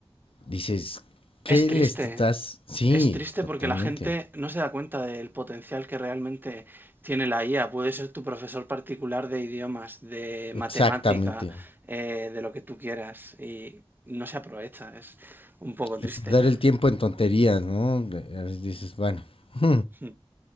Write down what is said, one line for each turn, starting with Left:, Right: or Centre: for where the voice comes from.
Left: Dices, ¿qué
Right: Es triste.
Left: le estás? Sí,
Right: Es triste
Left: totalmente,
Right: porque la gente no se da cuenta del potencial que realmente tiene la IA. Puede ser tu profesor particular de idiomas, de matemática,
Left: exactamente.
Right: eh, de lo que tú quieras. Y no se aprovecha. Es un poco
Left: Y
Right: triste.
Left: perder
Right: <laughs>
Left: el tiempo en tonterías, ¿no? Eh, Dices, bueno. <laughs>
Right: Hmm.